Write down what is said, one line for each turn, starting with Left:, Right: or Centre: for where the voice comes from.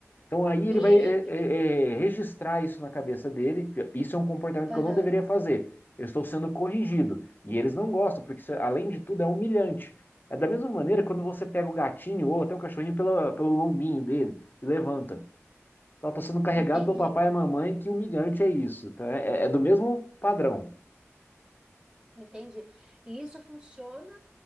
Left: Então aí ele
Right: E,
Left: vai é, é,
Right: e-
Left: é, registrar isso na cabeça dele. Isso é um comportamento
Right: aham,
Left: que eu não deveria fazer. Eu estou sendo corrigido. E eles não gostam, porque isso, além de tudo, é humilhante. É da mesma maneira quando você pega o gatinho ou até o cachorrinho pela, pelo lombinho dele e levanta. Então, está sendo carregado
Right: entendi,
Left: pelo papai e mamãe, que humilhante é isso. Então, é, é é do mesmo padrão.
Right: entendi. E isso funciona